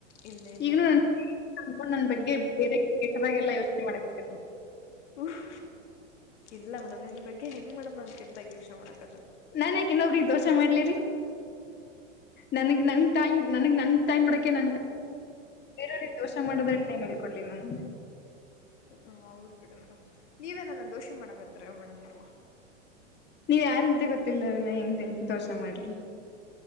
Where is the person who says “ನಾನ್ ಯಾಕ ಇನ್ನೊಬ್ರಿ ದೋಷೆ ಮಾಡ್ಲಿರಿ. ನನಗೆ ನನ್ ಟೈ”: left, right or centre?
Left